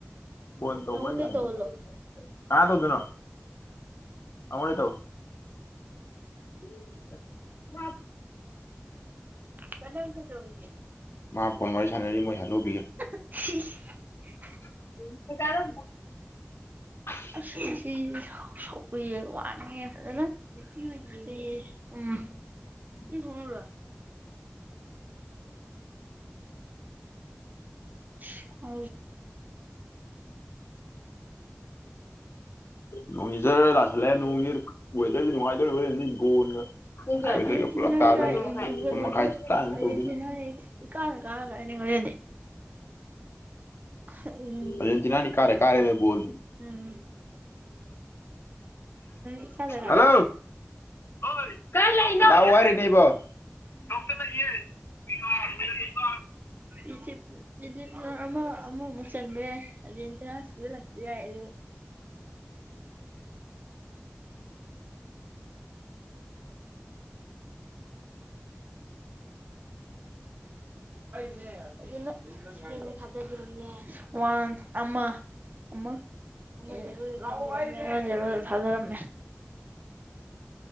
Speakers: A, on the left; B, on the right.
A: ꯐꯣꯟ ꯇꯧꯕ
B: ꯅꯉꯣꯟꯗꯩ
A: ꯌꯥꯗꯤ
B: ꯇꯧꯍꯜꯂꯣ
A: ꯀꯟꯅꯥ ꯇꯧꯗꯣꯏꯅꯣ ꯑꯉꯣꯟꯗꯩ ꯇꯧ <unintelligible>
B: ꯀꯅꯥꯅ ꯀꯩꯗꯧꯔꯤꯒꯦ
A: ꯃꯥ ꯐꯣꯟ ꯋꯥꯔꯤ ꯁꯥꯟꯅꯔꯤ ꯃꯣꯏ ꯍꯟꯅꯨꯕꯤꯒ
B: <unintelligible>
A: <inaudible>
B: <unintelligible>
A: <inaudible>
B: <unintelligible> <unintelligible> <unintelligible>
A: ꯅꯣꯡꯁꯤ ꯖꯔ ꯇꯥꯁꯜꯂꯛꯑꯦ ꯅꯣꯡꯁꯤ ꯋꯦꯗꯔꯁꯤ ꯅꯨꯡꯉꯥꯏꯗꯣꯔꯤ ꯍꯣꯔꯦꯟꯗꯤ ꯕꯣꯟꯒ
B: ꯑꯔꯖꯦꯟꯇꯤꯅꯥꯒꯒ
A: ꯋꯦꯗꯔꯒ ꯄꯨꯂꯞ ꯇꯥꯗꯣꯏꯅꯤ ꯃꯥꯄꯟ
B: ꯏꯖꯤꯞ ꯀꯥ ꯂꯩꯕꯗꯨ
A: ꯃꯈꯥꯏ ꯆꯞ ꯆꯥꯅ
B: ꯑꯔꯖꯦꯟꯇꯤꯅꯥꯅ
A: ꯇꯧꯗꯣꯏꯅꯤ
B: ꯏꯀꯥꯗ ꯀꯥꯒ꯭ꯔꯦ ꯉꯥꯏꯅꯤ ꯍꯣꯔꯦꯟꯗꯤ ꯎꯝ
A: ꯑꯖꯦꯟꯇꯤꯅꯥꯅꯤ ꯏꯀꯥꯗ ꯀꯥꯔꯦꯗ ꯕꯣꯜ
B: ꯎꯝ ꯏꯀꯥꯗ ꯀꯥꯔꯦ
A: ꯍꯜꯂꯣ ꯑꯣꯏ ꯀꯥꯏ ꯂꯩꯅꯣ ꯂꯥꯛꯑꯣ ꯍꯥꯏꯔꯤꯅꯦ ꯏꯕꯣ <unintelligible>
B: ꯏꯖꯤꯞ ꯏꯖꯤꯞꯅ ꯑꯃ ꯑꯃ ꯃꯨꯛ ꯆꯟꯕ ꯌꯥꯏ ꯑꯖꯦꯟꯇꯤꯅ <unintelligible> ꯌꯥꯏ ꯑꯗꯨ <inaudible> <unintelligible> <unintelligible> <unintelligible>